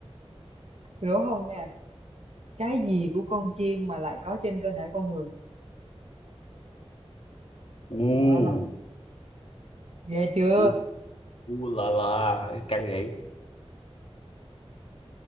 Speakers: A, on the right (about 80°); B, on the left (about 60°).
A: Tôi đố không nha cái gì của con chim mà lại có trên cơ thể con người
B: u
A: à, ghê chưa
B: u u là là căng vậy